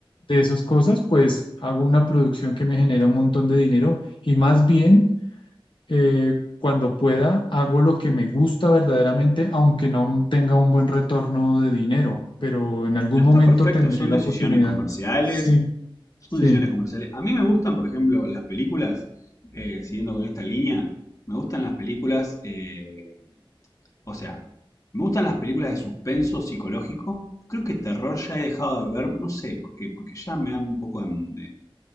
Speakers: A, on the left; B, on the left.
A: de esas cosas, pues hago una producción que me genera un montón de dinero y más bien eh, cuando pueda hago lo que me gusta verdaderamente, aunque no tenga un buen retorno de dinero, pero en algún
B: No
A: momento
B: está perfecto,
A: tendré
B: son
A: la
B: decisiones
A: oportunidad.
B: comerciales,
A: Sí,
B: son
A: sí,
B: decisiones comerciales. A mí me gustan, por ejemplo, las películas, eh, siguiendo con esta línea, me gustan las películas, eh, o sea, me gustan las películas de suspenso psicológico. Creo que terror ya he dejado de ver, no sé por qué, porque ya me dan un poco de, de-